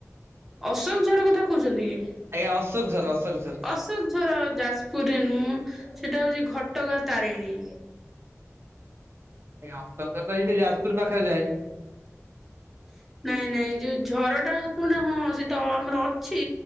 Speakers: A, in the centre; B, on the right.
A: ଅଶୋକ ଝର କଥା କହୁଛନ୍ତି କି?
B: ଆଜ୍ଞା ଅଶୋକ ଝର ଅଶୋକ ଝର।
A: ଅଶୋକ ଝର, ଯାଜପୁରରେ ନୁହଁ ସେଟା ହଉଛି ଘଟ ଘଟଗାଁ ତାରିଣୀ।
B: ନାଇ ଅଶୋକ ଝର ଟା ତ ସେଇ ଯାଜପୁର ପାଖରେ ଯାଏ।
A: <inaudible> ନାଇଁ ନାଇଁ ଯୋଉ ଝର ଟା କୁହନ, ହଁ ସେଇଟା ଆମର ଅଛି,